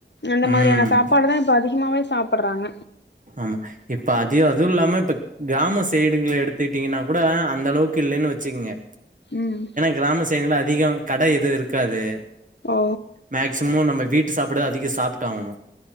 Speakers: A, on the left (about 70°); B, on the right (about 45°).
A: அந்த மாதிரியான
B: ம்
A: சாப்பாடுதான் இப்ப அதிகமாவே சாப்பறாங்க
B: ஆமா இப்ப அதி அதுவுல்லாம இப்ப கிராம சைடுங்ள எடுத்துக்கிட்டீங்கன்னா கூட அந்த அளவுக்கு இல்லேன்னு வச்சிகிங்க
A: ம்
B: கிராம சைடுங்கள்ள அதிகொ கடை எதுவு இருக்காது
A: ஓ
B: மேக்சிம நம்ம வீட்டு சாப்பாடு அதிக சாப்ட்டாகணு